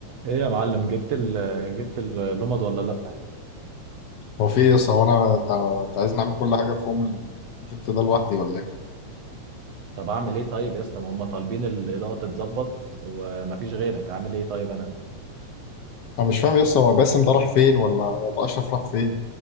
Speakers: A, on the right; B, on the left.
A: ايه يا معلم جبت ال جبت اللمض ولا لا
B: هو في إيه يس هو انا انت أنت عايزني اعمل كل حاجه في يوم الايفنت ده لوحدي ولا ايه؟
A: طب اعمل ايه طيب يا اسطى ما هم طالبين الاضاءه تتظبط ومفيش غيرك اعمل ايه طيب انا
B: انا مش فاهم يس هو باسم ده راح فين ولا ولا اشرف راح فين؟